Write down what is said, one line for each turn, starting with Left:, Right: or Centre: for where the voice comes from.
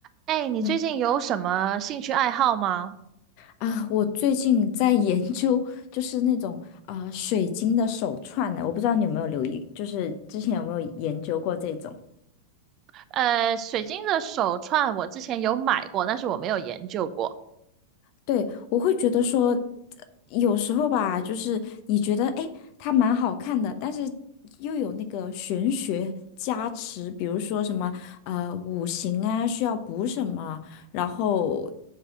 Right: 哎，你最近有什么兴趣爱好吗？
Left: 对啊，我最近在研究，就是那种啊、水晶的手串呢，我不知道你有没有留意，就是之前有没有研究过这种？
Right: 呃，水晶的手串我之前有买过，但是我没有研究过。
Left: 对，我会觉得说，呃有时候吧，就是你觉得诶，它蛮好看的，但是又有那个玄学加持，比如说什么呃五行啊需要补什么，然后